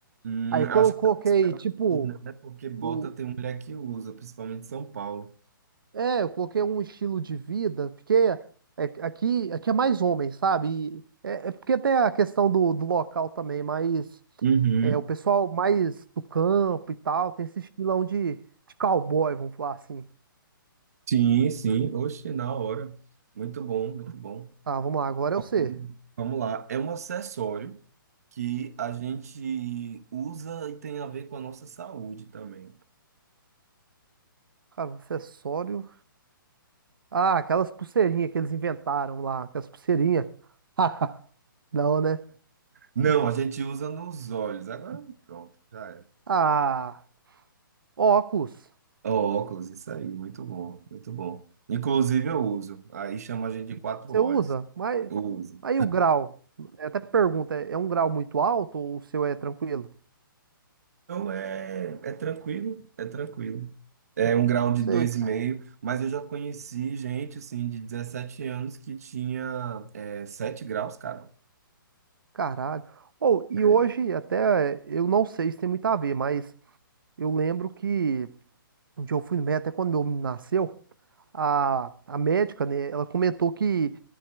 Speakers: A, on the right; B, on the right.
A: Hum,
B: Aí quando
A: acho
B: eu
A: que
B: coloquei,
A: tá mais pra
B: tipo,
A: Minas, né? Porque bota
B: o...
A: tem mulher que usa, principalmente em São Paulo.
B: é, eu coloquei um estilo de vida, porque é- aqui, aqui é mais homem, sabe? E é, é porque tem a questão do, do local também, mas
A: Uhum.
B: é, o pessoal mais do campo e tal, tem esse estilão de, de cowboy, vamos falar assim.
A: Sim, sim. Oxe, na hora. Muito bom, muito bom.
B: Tá, vamos lá, agora
A: Ok.
B: é você.
A: Vamos lá. É um acessório que a gente usa e tem a ver com a nossa saúde também.
B: Cara, um acessório. Ah, aquelas pulseirinhas que eles inventaram lá, aquelas pulseirinhas. <laughs> Não, né?
A: Não, a gente usa nos olhos. Agora pronto, já era.
B: Ah. Óculos,
A: Óculos, isso aí, muito bom, muito bom. Inclusive eu uso, aí chama a gente de quatro
B: você
A: olhos,
B: usa? Mas
A: eu uso.
B: aí o grau, eu até pergunta, é é um grau muito alto ou o seu é tranquilo?
A: Então é, é tranquilo, é tranquilo. É um grau de
B: Sei,
A: dois
B: É.
A: e meio, mas eu já conheci gente, assim, de 17 anos que tinha é, 7 graus, cara.
B: caralho. Ou e
A: É.
B: hoje até eu não sei se tem muito a ver, mas eu lembro que um dia eu fui no médico, até quando meu menino nasceu, a, a médica, né, ela comentou que